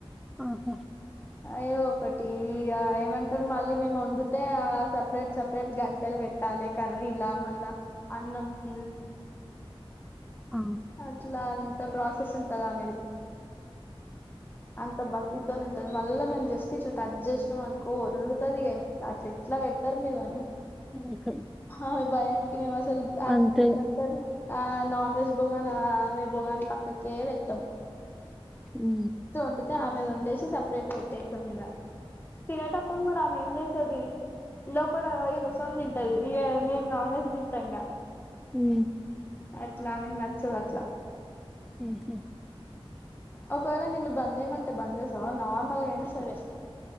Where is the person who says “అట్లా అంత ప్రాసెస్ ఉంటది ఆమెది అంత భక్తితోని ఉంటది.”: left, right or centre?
Left